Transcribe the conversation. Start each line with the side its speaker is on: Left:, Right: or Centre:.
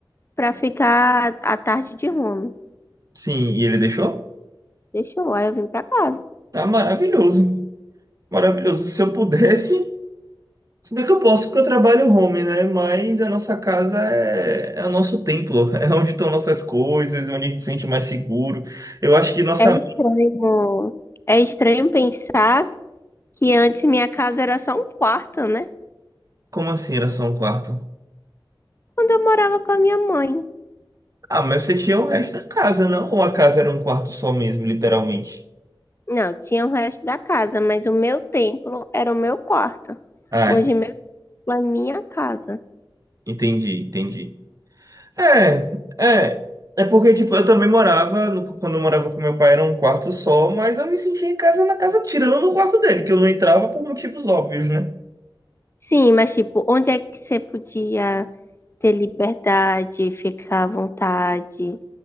Left: pra ficar a tarde de home.
Right: Sim, e ele deixou?
Left: Deixou, aí eu vim pra casa.
Right: Tá maravilhoso. Maravilhoso. Se eu pudesse. Se bem que eu posso, porque eu trabalho home, né? Mas a nossa casa é, é o nosso templo, <laughs> é onde estão nossas coisas, é onde a gente se sente mais seguro. Eu acho que nossa.
Left: É estranho, é estranho pensar que antes minha casa era só um quarto, né?
Right: Como assim era só um quarto?
Left: Quando eu morava com a minha mãe.
Right: Ah, mas você tinha o resto da casa, não? Ou a casa era um quarto só mesmo, literalmente?
Left: Não, tinha o resto da casa, mas o meu templo era o meu quarto.
Right: Ah,
Left: Hoje
Right: ent-
Left: meu templo é minha casa.
Right: entendi, entendi. É, é. É porque, tipo, eu também morava, no- quando eu morava com meu pai era um quarto só, mas eu me sentia em casa na casa, tirando no quarto dele, que eu não entrava por motivos óbvios, né?
Left: Sim, mas tipo, onde é que você podia ter liberdade, ficar à vontade,